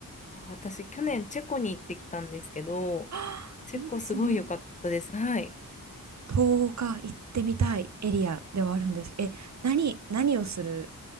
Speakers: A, on the left (about 20°); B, on the right (about 50°).
A: あ私、去年チェコに行ってきたんですけど、
B: あー
A: チェコすごい良かったです。
B: <gasps> いいですね。
A: はい。
B: 東岡行ってみたいエリアではあるんですけど、え、何、何をする、